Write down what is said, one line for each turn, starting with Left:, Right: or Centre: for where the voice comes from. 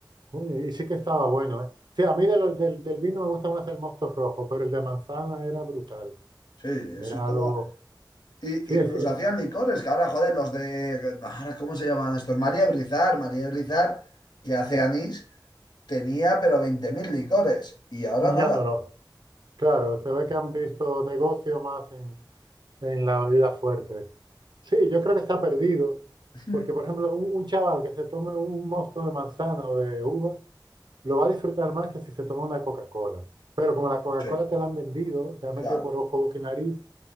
Right: coño, y sí que estaba bueno, ¿eh? Sí, a mí de los- del, del vino me gusta más el mosto rojo, pero el de manzana era brutal,
Left: Sí,
Right: era
Left: eso estaba.
Right: algo,
Left: y
Right: sí, es,
Left: incluso
Right: es-
Left: hacían licores, que ahora, joder, los de. Ahora, ¿cómo se llaman estos? María Brizar, María Brizar, que hace anís, tenía pero 20.000 licores. Y ahora
Right: y
Left: nada.
Right: ya no lo... Claro, se ve que han visto negocio más en, en la bebida fuerte. Sí, yo creo que está perdido,
Left: <laughs>
Right: porque por ejemplo, un, un chaval que se tome un mosto de manzana o de uva, lo va a disfrutar más que si se toma una Coca-Cola. Pero como la Coca-Cola
Left: Sí,
Right: te la han vendido, te la han
Left: claro.
Right: metido por ojo, boca y nariz,